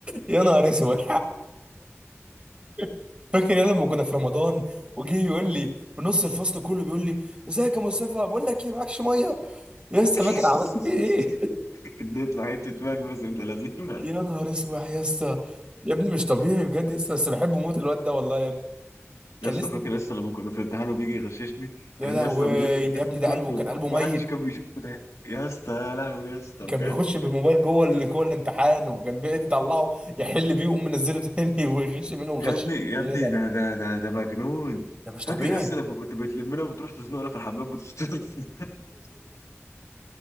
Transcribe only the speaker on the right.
يا نهار اسود <laughs> فاكر يا لما كنا في رمضان وجه يقول لي بنص الفصل كله بيقول لي ازيك يا مصطفى بقول لك ايه معكش ميه يا اسطى
فاكر عملت فيه ايه
<laughs> يا نهار اسود يا اسطى يا ابني مش طبيعي بجد يا اسطى بس بحبه موت الواد ده والله يا ابني كان
لسه
يا
لهوي
يا ابني ده
قلبه كان قلبه
ميت
كان بيخش بالموبايل جوه ال- جوه الامتحان وكان بيطلعه يحل بيه ويقوم منزله تاني <laughs> ويغش منه ويغش
كلنا
ده مش
طبيعي